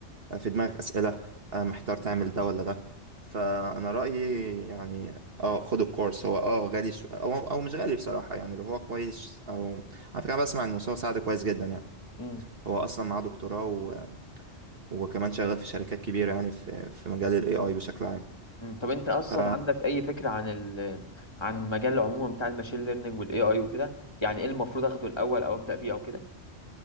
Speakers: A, on the right (about 55°); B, on the left (about 25°).
A: في دماغك أسئلة آه، محتار تعمل ده ولا ده فأنا رأيي يعني اه خد الكورس هو اه غالي شو أو, أو مش غالي بصراحة يعني لو هو كويس أو على فكرة أنا بسمع إن مستوى سعد كويس جدا يعني
B: امم
A: هو أصلا معاه دكتوراه و... وكمان شغال في شركات كبيرة يعني في, في مجال ال AI بشكل عام
B: مم. طب انت اصلا
A: ف
B: عندك اي فكره عن ال عن مجال عموما بتاع الماشين ليرنينج والاي اي وكده يعني ايه المفروض اخده الاول او ابدا بيه او كده